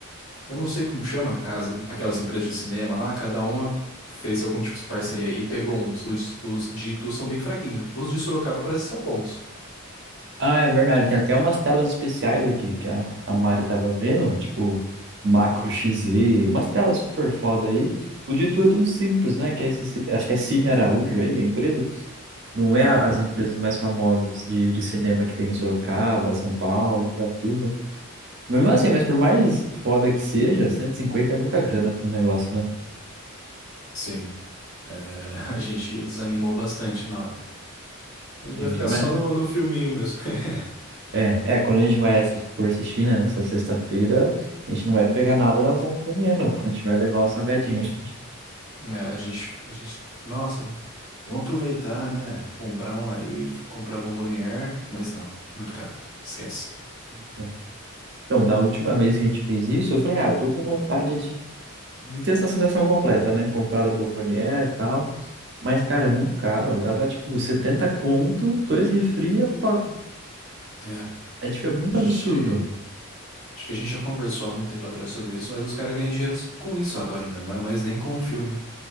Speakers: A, on the left (about 65°); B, on the right (about 50°).
A: Eu não sei como chama, as- aquelas empresas de cinema lá, cada uma fez algum tipo de parceria aí e pegou uns. Os, os de Itu são bem fraquinhos. Os de Sorocaba parece que são bons.
B: Ah, é verdade, tem até umas telas especiais aqui que a, a Mari tava vendo, tipo Macro XZ, umas telas super foda aí. O de tu é tudo simples, né? Que é esse, ci- acho que é Cine Araújo aí, a empresa. Não é a- as empresas mais famosas de, de cinema que tem em Sorocaba, São Paulo, Datuba. Mesmo assim, mas por mais foda que seja, 150 é muita grana pra um negócio, né?
A: Sim. É, <laughs> a gente desanimou bastante na hora. A gente
B: Entendi,
A: vai ficar
B: mas...
A: só no, no filminho mesmo. <laughs>
B: É, é, quando a gente vai assi- for assistir, né, nessa sexta-feira, a gente não vai pegar nada da bom pro dinheiro, não. A gente vai levar os salgadinhos. <laughs>
A: É, a gente, a gente, nossa, vamos aproveitar, né? Comprar um aí, comprar bombonier, mas não, muito caro, esquece.
B: Então, então, da última vez que a gente fez isso, eu falei, ah, eu tô com vontade de, de ter essa sensação completa, né? Comprada bombonier e tal. Mas, cara, é muito caro. Dava, tipo, 70 conto, dois refri, é, pa-
A: É,
B: é, tipo, é muito
A: a gente,
B: absurdo.
A: acho que a gente já conversou há muito tempo atrás sobre isso, mas os caras ganham dinheiro com isso agora, né? Não é mais nem com o filme.